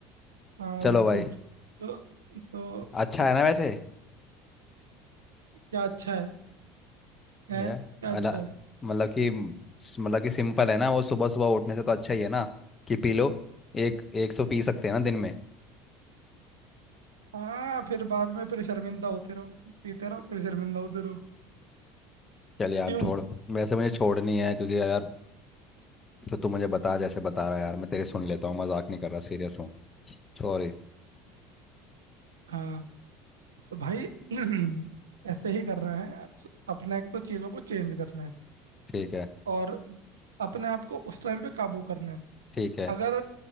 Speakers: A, on the right; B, on the left.
A: हाँ
B: चलो
A: बिल्कुल
B: भाई
A: तो तो
B: अच्छा है ना वैसे
A: क्या अच्छा है, हैं
B: या
A: क्या अच्छा
B: अला
A: है
B: मतलब कि मतलब कि सिंपल है ना वो सुबह सुबह उठने से तो अच्छा ही है ना कि पी लो एक एक सौ पी सकते हैं ना दिन में
A: हाँ फिर बाद में फिर शर्मिंदा होते रहो पीते रहो फिर शर्मिंदा होते रहो
B: चल यार
A: क्यों
B: छोड़ वैसे मुझे छोड़नी है क्योंकि यार जो तू मुझे बता जैसे बता रहा है यार मैं तेरे सुन लेता हूँ मजाक नहीं कर रहा सीरियस हूँ सॉरी
A: हाँ तो भाई <clears throat> ऐसे ही करना है अप- अपने को चीज़ों को चेंज करना है
B: ठीक है
A: और अपने आप को उस टाइम पे काबू करना है
B: ठीक है
A: अगर